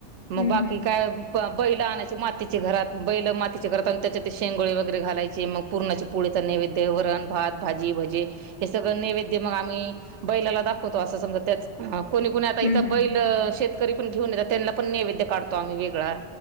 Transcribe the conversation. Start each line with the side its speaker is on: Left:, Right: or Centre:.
Right: मग
Left: हं,
Right: बाकी
Left: हं,
Right: काय?
Left: हं.
Right: बैल आणायची मातीचे घरात बैल मातीच्या घरात आणि त्याच्यात शेंगोळे वगैरे घालायचे मग पूर्णाची पुळीच नैवेद्य, वरण, भात, भाजी, भजे. हे सगळं नैवेद्य मग आम्ही बैलाला दाखवतो असं समजा त्याच अ कोणी कोणी आता इथं
Left: हं, हं,
Right: बैल
Left: हं.
Right: शेतकरी पण घेऊन येतात त्यांना पण नैवेद्य काढतो आम्ही वेगळा.